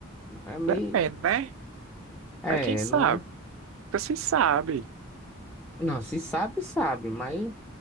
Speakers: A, in the centre; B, on the right (about 75°).
A: é meio.
B: Depende, né?
A: É,
B: Mas quem sabe?
A: não é.
B: Você sabe.
A: Não, se sabe, sabe, mas.